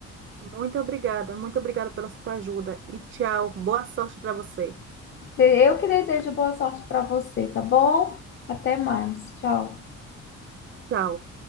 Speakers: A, on the right; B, on the left.
A: Muito obrigada, muito obrigada pela sua ajuda. E tchau. Boa sorte para você.
B: Eu que desejo boa sorte para você, tá bom? Até mais. Tchau.
A: Tchau.